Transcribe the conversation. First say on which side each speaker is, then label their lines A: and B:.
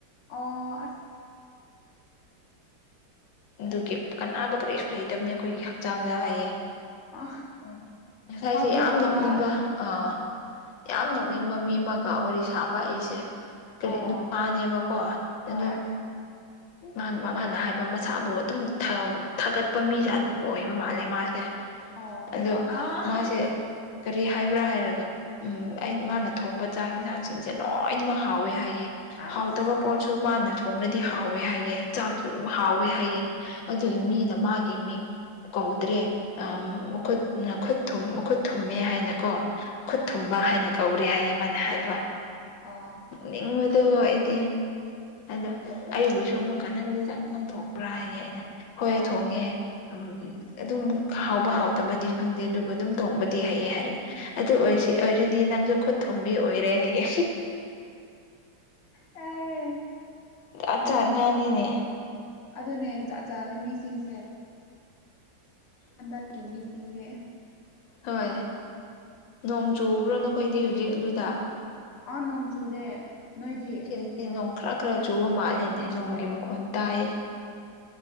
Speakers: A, on the left; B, on the left.
A: ꯑꯣ ꯑꯁ
B: ꯑꯗꯨꯒꯤ ꯀꯅꯥꯅꯕ ꯀꯔꯤꯁꯨ ꯂꯩꯇꯕꯅꯤ ꯑꯩꯈꯣꯏꯒꯤ ꯍꯛꯆꯥꯡꯗ ꯍꯥꯏꯌꯦ
A: ꯑꯥꯎ ꯑ
B: ꯎ ꯉꯁꯥꯏꯁꯦ
A: ꯍꯥꯎꯗꯤ
B: ꯌꯥꯝ
A: ꯍꯥꯎꯕ
B: ꯅꯣꯛꯅꯤꯡꯕ
A: ꯑꯗꯨꯗꯤ
B: ꯑꯥ ꯌꯥꯝ ꯅꯣꯛꯅꯤꯡꯕ ꯃꯤ ꯑꯃꯒ ꯋꯥꯔꯤ ꯁꯥꯕ ꯑꯩꯁꯦ ꯀ
A: ꯑꯣ
B: ꯅꯨꯄꯥꯅꯦꯕꯀꯣ
A: ꯍꯣꯏ
B: ꯑꯗꯣ ꯎꯝꯅ ꯍꯥꯏꯕ ꯑꯃ ꯏꯁꯥꯕꯨ ꯑꯗꯨꯝ ꯊꯥꯒꯠꯄ ꯃꯤꯁꯦ ꯑꯗꯨꯝ ꯑꯣꯏꯕ ꯃꯥꯜꯂꯦ ꯃꯥꯁꯦ
A: ꯑ
B: ꯑꯗꯣ
A: ꯑ
B: ꯃꯥꯁꯦ ꯀꯔꯤ ꯍꯥꯏꯕ꯭ꯔꯥ ꯍꯥꯏꯔꯒ ꯎꯝ ꯑꯩ ꯃꯥꯅ ꯊꯣꯡꯕ ꯆꯥꯛ ꯏꯟꯁꯥꯡꯁꯤꯡꯁꯦ ꯂꯣꯏꯅꯃꯛ ꯍꯥꯎꯋꯦ ꯍꯥꯏꯑꯦ
A: ꯑꯁ
B: ꯍꯥꯎꯗꯕ ꯄꯣꯠꯁꯨ ꯃꯥꯅ ꯊꯣꯡꯅꯗꯤ ꯍꯥꯎꯋꯦ ꯍꯥꯏꯑꯦ ꯆꯥꯛꯁꯨ ꯍꯥꯎꯋꯦ ꯍꯩꯌꯦ ꯑꯗꯨꯒꯤ
A: ꯑꯁ
B: ꯃꯤꯅ ꯃꯥꯒꯤ ꯃꯤꯡ ꯀꯧꯗ꯭ꯔꯦ ꯑ ꯃꯈꯨꯠ ꯈꯨꯠ ꯃꯈꯨꯠ ꯊꯨꯝꯃꯦ ꯍꯥꯏꯅꯀꯣ
A: ꯑꯣ
B: ꯈꯨꯠ ꯊꯨꯝꯕ ꯍꯥꯏꯅ ꯀꯧꯔꯦ ꯍꯥꯏꯌꯦ ꯃꯥꯅ ꯍꯥꯏꯕ
A: ꯑꯣ
B: ꯅꯤꯡ ꯑꯣꯏꯣꯏꯗ ꯏꯗꯤꯦ ꯑꯗꯣ ꯑꯩꯕꯨꯁꯨ ꯑꯃꯨꯛꯀ ꯅꯪꯗꯤ ꯆꯥꯛ ꯏꯟꯁꯥꯡ ꯊꯣꯡꯕ꯭ꯔꯥ ꯍꯥꯏꯌꯦ ꯍꯥꯏꯅ ꯍꯣꯏ
A: ꯑꯣ
B: ꯊꯣꯡꯉꯦ ꯎꯝ ꯑꯗꯨꯝ ꯍꯥꯎꯕ ꯍꯥꯎꯇꯕꯗꯤ ꯈꯪꯗꯦ ꯑꯗꯨꯕꯨ ꯑꯗꯨꯝ ꯊꯣꯡꯕꯗꯤ ꯍꯩꯌꯦ ꯍꯥꯏꯔꯒ ꯑꯗꯨ
A: ꯑꯣ
B: ꯑꯣꯏꯔꯁꯤ ꯑꯣꯏꯔꯗꯤ ꯅꯪꯁꯨ ꯈꯨꯠ ꯊꯨꯝꯕꯤ ꯑꯣꯏꯔꯦ ꯍꯥꯏꯌꯦ
A: ꯑꯦ
B: ꯑꯖ ꯉꯥꯡꯅꯤꯅꯦ
A: ꯑꯗꯨꯅꯦ ꯆꯠ ꯆꯥꯅꯦ ꯃꯤꯁꯤꯡꯁꯦ ꯑꯗꯒꯤ ꯃꯤꯁꯤꯡꯁꯦ
B: ꯍꯣꯏ ꯅꯣꯡ ꯆꯨꯕ꯭ꯔꯣ ꯅꯈꯣꯏꯗꯤ ꯍꯧꯖꯤꯛ ꯑꯗꯨꯗ
A: ꯑ ꯅꯣꯡꯣꯡ ꯆꯨꯗꯦ ꯅꯣꯏꯗꯤ
B: ꯁꯤꯗꯤ ꯅꯣꯡ ꯈꯔ ꯈꯔ ꯆꯨꯕ ꯃꯥꯜꯂꯅꯦ ꯅꯣꯡꯒꯤ ꯃꯈꯣꯟꯜ ꯇꯥꯏꯌꯦ